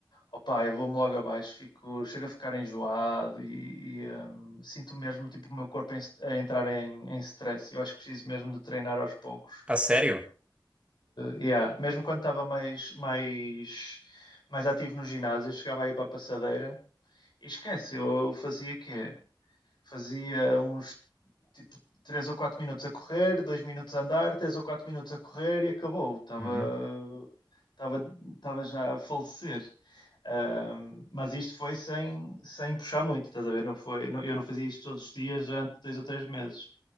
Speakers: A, on the left; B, on the right.
A: opá, eu vou-me logo abaixo, fico, chego a ficar enjoado e, e, hum, sinto mesmo tipo, o meu corpo em- a entrar em, em stress. Eu acho que preciso mesmo de treinar aos poucos.
B: A sério?
A: Eh, yeah. Mesmo quando estava mais, mais, mais ativo no ginásio, eu chegava aí para a passadeira e esquece, eu fazia o quê? Fazia uns tipo 3 ou 4 minutos a correr, 2 minutos a andar, 3 ou 4 minutos a correr e acabou. Estava
B: Uhum.
A: estava, estava já a falecer. Um, mas isto foi sem, sem puxar muito, estás a ver? Não foi, não, eu não fazia isto todos os dias durante dois ou três meses.